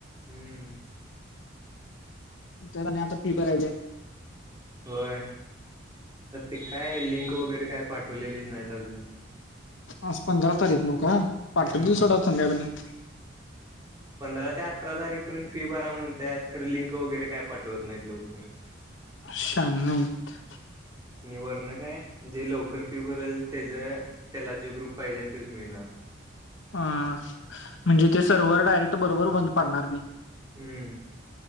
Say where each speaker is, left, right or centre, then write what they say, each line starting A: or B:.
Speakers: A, on the right (about 20°); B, on the left (about 70°).
A: हम्म.
B: त्यात आणि आता फी भरायचीहाय.
A: होय तर ते काय लिंक वगैरे काय पाठवलेलीच नाहीत अजून
B: आज पंधरा तारीख नव का पाठवतील
A: हम्म
B: सोडा संध्याकाळपर्यंत <unintelligible>
A: पंधरा ते अठरा तारीखपर्यंत फी बरा म्हणत्यात खरं लिंक वगैरे काय पाठवत नाहीत लवकर.
B: शान नाहीत.
A: नि वरण काय जे लवकर फीवरल तेज त्याला ज्यू ग्रुप पाहिजे त्यूच मिळणार.
B: अ म्हणजे ते सर्वर डायरेक्ट बरोबर बंद पडणार की
A: हम्म